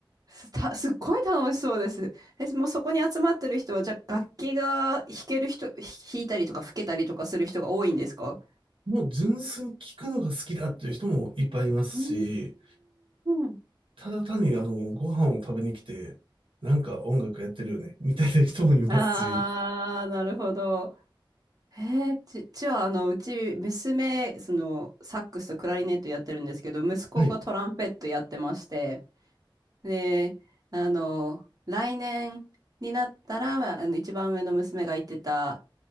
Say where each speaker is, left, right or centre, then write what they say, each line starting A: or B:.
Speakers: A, on the right (about 45°); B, on the right (about 80°).
A: す <laughs> た、すっごい楽しそうです。え、もうそこに集まってる人は、じゃあ楽器が弾ける人、ひ弾いたりとか吹けたりとかする人が多いんですか
B: もう純粋に聞くのが好きだっていう人もいっぱいいますし、
A: うーん。
B: ただ単にあの、ご飯を食べに来て、なんか音楽やってるよね、みたいな人もいますし、
A: あー、なるほど。へえ、ち、ちは、あの、うち、娘、その、サックスとクラリネットやってるんですけど、息子がトランペットやってまして、
B: はい。
A: で、あの、来年になったら、あの、一番上の娘が行ってた、